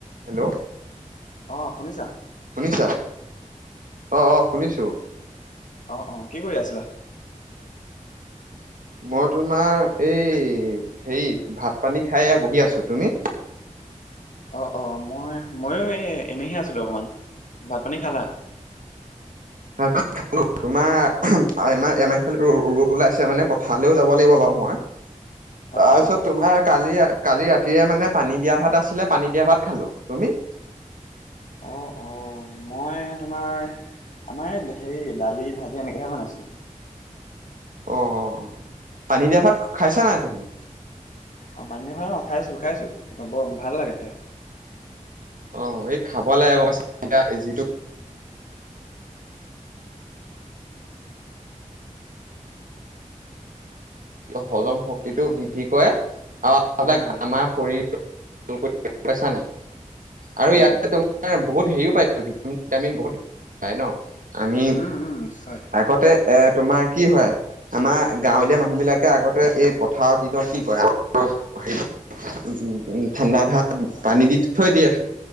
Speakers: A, on the right; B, on the left.
A: Hello.
B: অ', শুনিছা?
A: শুনিছা? অ', অ', শুনিছো।
B: অ', অ', কি কৰি আছিলা?
A: মই তোমাৰ এই হেৰি ভাত-পানী খাই বহি আছো। তুমি?
B: অ', অ', মই, মইয়ো এই এনেহে আছিলো। ভাত-পানী খালা?
A: <unintelligible> তোমাৰ আম আমাহফালে ৰ'দ ওলাইছে, মানে পথাৰলৈও যাব লাগিব বাৰু মই।
B: অ
A: তাৰপিছত
B: অ
A: তোমাৰ কালি কালি ৰাতিযৰে মানে পানী দিয়া ভাত আছিলে, পানী দিয়া ভাত খালো। তুমি?
B: অ', অ', মই তোমাৰ আমাৰ হেৰি দালি, ভাজি এনেকাহে বনাইছে।
A: অ অ অ পানী দিয়া ভাত খাইছা নাই তুমি?
B: অ', পানী দয়া ভাত খাইছো খাইছো, বৰ ভাল লাগে খাই।
A: অ', এই খাবলৈ গম পাইছ' যিটো হজম শক্তিটো বৃদ্ধি কৰে, আৰু
B: হয় হয়
A: আমাৰ শৰীৰ <unintelligible> আৰু
B: হয়
A: ই
B: হয়
A: বহুত হেৰিও পাইছো, ভিটামিন চিটামিন বহুত পাই নহ? আমি
B: উম উম নিশ্চয়
A: আগতে এ তোমাৰ কি হয়, আমাৰ গাঁৱলীয়া মানুহ মানুহবিলাকে আগতে পথাৰৰ দিনত কি কৰে, <unintelligible> ঠাণ্ডা ভাত
B: হয়
A: পানী দি থৈ দিয়ে,